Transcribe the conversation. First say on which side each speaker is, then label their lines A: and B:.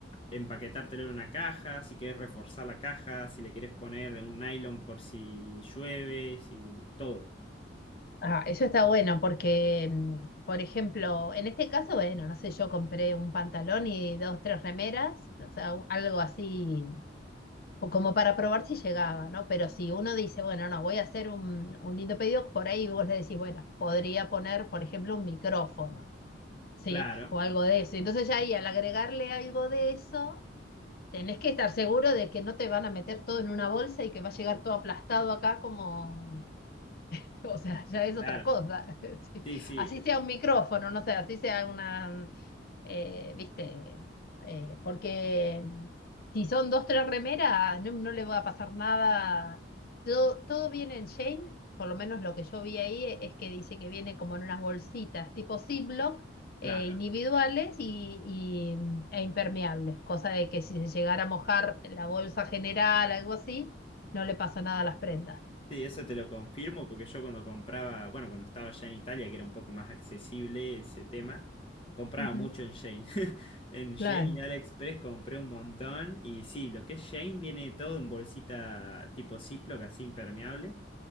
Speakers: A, on the left; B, on the left.
A: empaquetártelo en una caja, si querés reforzar la caja, si le querés poner un nylon por si llueve, si todo.
B: Ah, eso está bueno porque, mm, por ejemplo, en este caso, bueno, no sé, yo compré un pantalón y dos, tres remeras, o sea, u- algo así o como para probar si llegaba, ¿no? Pero si uno dice, bueno, no, voy a hacer un, un lindo pedido, por ahí vos le decís, bueno, podría poner, por ejemplo, un micrófono, ¿sí?
A: Claro,
B: O algo de eso. Entonces ya ahí al agregarle algo de eso, tenés que estar seguro de que no te van a meter todo en una bolsa y que va a llegar todo aplastado acá como <laughs> O sea, ya es
A: claro.
B: otra cosa. <laughs> Sí.
A: Sí, sí,
B: Así
A: es-
B: sea un micrófono, no sé, así sea una, eh, viste, eh, porque mm, si son dos, tres remeras, no, no le va a pasar nada. Todo, todo viene en Shane, por lo menos lo que yo vi ahí e- es que dice que viene como en unas bolsitas tipo Ziploc, eh,
A: claro.
B: individuales y, y- mm, e impermeables, cosa de que si se llegara a mojar la bolsa general, algo así, no le pasa nada a las prendas.
A: Sí, eso te lo confirmo porque yo cuando compraba, bueno, cuando estaba ya en Italia, que era un poco más accesible ese tema, compraba
B: Ujú,
A: mucho en Shane, <laughs> En Shane
B: Claro.
A: y AliExpress compré un montón y sí, lo que es Shein viene todo en bolsita tipo Ziploc, así impermeable.